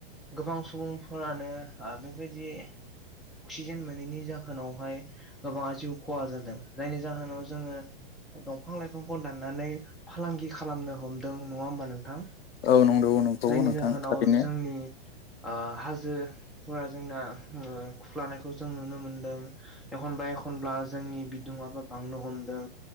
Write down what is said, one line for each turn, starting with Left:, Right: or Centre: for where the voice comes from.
Centre: गोबां सुबुंफोरानो ओ बेबायदि अक्सिजेन मोनैनि जाहोनावहाय गोबाङा जिउ खहा जादों जायनि जाहोनाव जोङो दंफां लाइफांखौ दाननानै फालांगि खालामनो हमदों नङा होमबा नोंथां
Left: औ नंगौ नंगौ
Centre: जायनि
Left: नोंथां
Centre: जाहोनाव
Left: थारैनो
Centre: जोंनि ओ हाजोफोरा जोंना खुख्लानायखौ जों नुनो मोनदों। एखनबा एखनब्ला जोंनि बिदङाबो बांनो हमदों